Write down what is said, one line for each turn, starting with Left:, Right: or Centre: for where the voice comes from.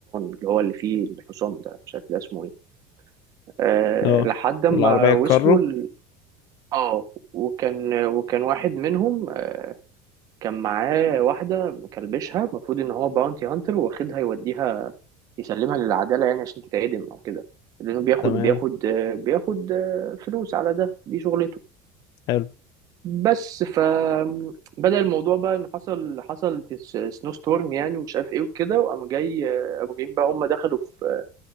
Right: اللي هو اللي فيه الحصان ده مش عارف ده اسمه ايه آه،
Left: اه
Right: لحد ما
Left: العربية الكارو
Right: وصلوا ال... اه وكان وكان واحد منهم آه، كان معاه واحدة مكلبشها المفروض ان هو باونتي هانتر واخدها يوديها يسلمها للعدالة يعني عشان تتعدم او كده لانه بياخد
Left: تمام
Right: بياخد آه، بياخد آه، فلوس على ده دي شغلته
Left: حلو
Right: بس فبدأ الموضوع بقى ان حصل حصل سنو ستورم يعني ومش عارف ايه وكده وقام جاي قاموا جايين بقى هم دخلوا في